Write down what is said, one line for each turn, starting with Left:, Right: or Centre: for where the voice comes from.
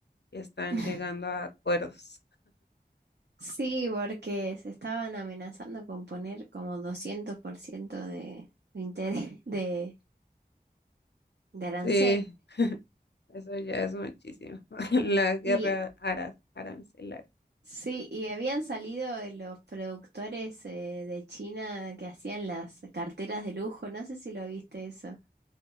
Left: y están
Right: <laughs>
Left: llegando a acuerdos.
Right: Sí, porque se estaban amenazando con poner como 200% de, de interés <laughs> de, de arancel.
Left: Sí, eso ya es muchísimo. <laughs> La guerra
Right: Y
Left: ara arancelaria.
Right: sí, y habían salido de los productores eh, de China que hacían las carteras de lujo, no sé si lo viste eso.